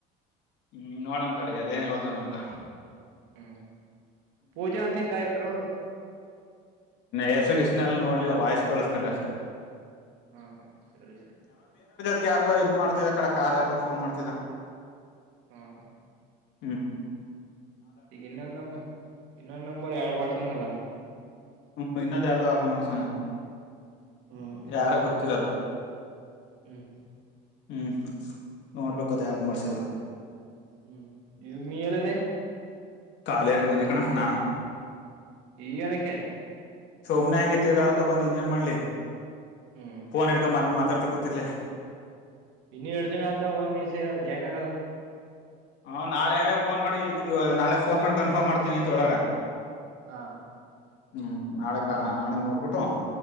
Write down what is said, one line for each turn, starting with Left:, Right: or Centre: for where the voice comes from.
Left: ಹ್ಮ್ ನೋಡಂತಳ ಅದೇನ್ ಹೇಳ್ದಾನ ಅಂತ
Right: ಹ್ಮ್ ಪೂಜ ಅಂತಿದ್ದ ಇದ್ರು
Left: ಹೆಸರುಗಿರುನೆಲ್ಲ ಎಲ್ಲ ನೋಡ್ಲಿ ವಾಯ್ಸ್ ಕೋಳ್ಿಸಸ್ಕೊಂಡ ಅಷ್ಟೆ
Right: ಹಾ ಹಾ ಸರಿ ಸರಿ
Left: ್ ಯಾರ್ಗೋ ಇದ್ ಮಾಡ್ತಿದ ಕಡೆ ಕಾರ್ ಯಪ ಫನ್ ಮಾಡ್ತಿದ್ದ
Right: ಹಾ ಹಾ
Left: ಹ್ಮ್ ಹ್ಮ
Right: ಈಗ ಇನ್ನೊಂದ್ ನಂಬ ಇನ್ನೊಂದ್ ನಂಬರ್ ಎರಡ್ ಮಾಡಸನಲ
Left: ಹ್ಮ್ ಇನ್ನೊಂದ ಯಾರ್ದು ವರ್ ಮಾಡ್ಸಣ
Right: ಹ್ಮ್ ಹ್ಮ್
Left: ಯಾರ ಗೊತ್ತಿಲ್ಲ ಅದು
Right: ಹ್ಮ್
Left: ಹ್ಞೂ ನೋಡ್ಬೇಕು ಅದು ಯಾರ್ದು ಮಾಡಸಿದ
Right: ಹ್ಮ್ ಇ ನೀ ಎಲ್ಲಿದೆ
Left: ಕಾಲಿಯಾರಗ್ ಬಂದಿಕಣ ನಾನು
Right: ಈಜ್ ಆಡಕ್ಕೆ ಕ್ಕೆ
Left: ಸುಮ್ನೆ ಹೆಂಗೇ ತಿರ್ಗಾಡಕ್ಕೆ ಬಂದ್ ಇನ್ನ ಏನ್ ಮಾಡ್ಲಿ
Right: ಹ್ಮ್
Left: ಫೋನ್ ಹಿಡ್ಕ ಮದ್ಲಿ ಮ ತರ್ ತ ಕೋತಿಿಲ್ಲ
Right: ಇನ್ ಎರಡು ದಿನ ಆದ್ದ ನೀ್ ಸೇರ ಜಾಯ್ನ್ ಆಗೋದು
Left: ಹಾ ನಾಳೆ ಫೋನ್ ಮಾಡಿ ನಾಳೆ ಫೋನ್ ಮಾಡಿ ಕನ್ಫರ್ಮ್ ಮಾಡ್ತೀನಿ ತೊಳರ
Right: ಹಾ
Left: ಹ್ಮ್ ನಾಳೆ ಕ ನಾಳೆ ನೋಡ್ಬಿಟ್ಟು